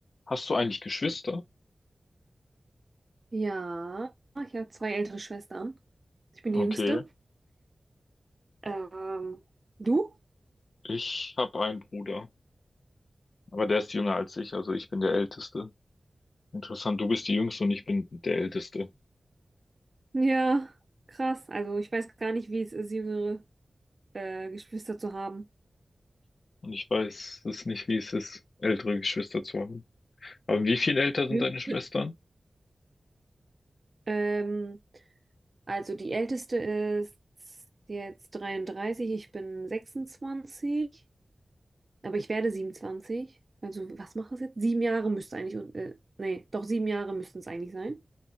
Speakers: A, on the left; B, on the right.
A: Hast du eigentlich Geschwister?
B: Ja, ich habe zwei ältere Schwestern. Ich bin die
A: Okay,
B: jüngste. Ähm, du?
A: ich habe einen Bruder, aber der ist jünger als ich, also ich bin der Älteste. Interessant, du bist die Jüngste und ich bin der Älteste.
B: Ja, krass. Also ich weiß gar nicht, wie es ist, jüngere äh, Geschwister zu haben.
A: Und ich weiß es nicht, wie es ist, ältere Geschwister zu haben. Aber wie viel älter sind
B: Mhm.
A: deine Schwestern?
B: Ähm, also die älteste ist jetzt 33, ich bin 26, aber ich werde 27. Also was mache ich jetzt? Sieben Jahre müsste eigentlich, und, äh, nee, doch sieben Jahre müssten es eigentlich sein.